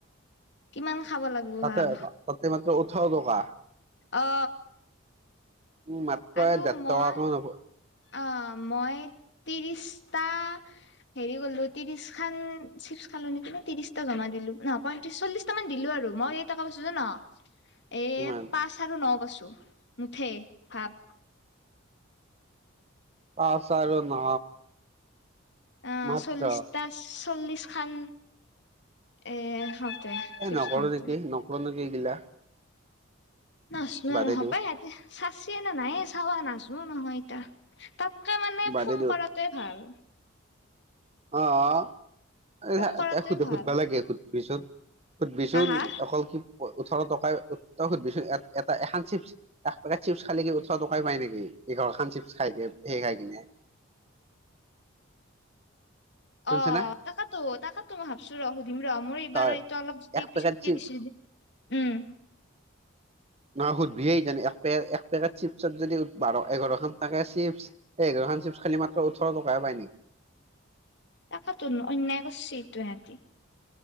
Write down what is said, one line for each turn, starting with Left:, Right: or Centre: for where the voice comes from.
Left: কিমান খাব লাগব
Right: ততে
Left: ভাব
Right: এইমাত্ৰ উঠ দকা
Left: অ
Right: উম মাত্ৰ
Left: আৰু
Right: দছ
Left: মই
Right: টকা খন লব
Left: অ মই ত্ৰিশটা হেৰি গলো ত্ৰিশ খান চি কি ত্ৰিশটা জমা দিলো নহ পয়ত্ৰিশ চল্লিশটা মান দিলো আৰু মই কেটকা পাইছো যান এই
Right: ইমান
Left: পাঁচ আৰু ন পাছো মুঠেই ভাব
Right: পাচঁ আৰু ন
Left: অহ
Right: মাত্ৰ
Left: চল্লিশটা চল্লিশ খান এ হতে
Right: এ
Left: চিপছ
Right: নকৰো
Left: খওঁতে
Right: নেকি নকৰো নেকি এইগিলা
Left: নাজনো
Right: বাদে
Left: আৰু সপাই
Right: দিওঁ
Left: আৰু য়াতে চৰচি আৰ নাই চাৱা নাজনো নহয় ইতা তাত কে মানে
Right: বাদে
Left: ফোন কৰাটোৱে ভাল
Right: অহ অ এ
Left: ফোন
Right: হা
Left: কৰাটোৱে
Right: সোধ
Left: ভাল
Right: সুধবা লাগে সুধ-বিচোন সুধ-বিচোন
Left: হা হা
Right: অকল কি ওঠৰ টকাই তই সুধ-বিছোন এটা এখন চিপছ এক পেকেট চিপছ খালি কি ওঠৰ টকাই পায় নিকি এইঘৰ খান চিপ খাই সেই খাই কিনে
Left: <inaudible>
Right: শুনিছ
Left: অ
Right: না
Left: তাকাতো তাকেতো মই ভাবছো ৰ সুধিম ৰ মোৰ এইবাৰ
Right: তই
Left: এইটো অলপ যে
Right: এক পেকেট
Left: পিছতকে
Right: চিপ
Left: বেছি উম
Right: নহয় সুধবিহে জান এক পেকেট এচ পেকেট চিপছত যদি বাৰ এঘাৰখান থাকে চিপ এঘাৰ ধান চিপছ খালি মাত্ৰ ওঠৰ টকাহে পায় নি
Left: তাকেটোন অন্যায় কৰছি ইটো ইহেতি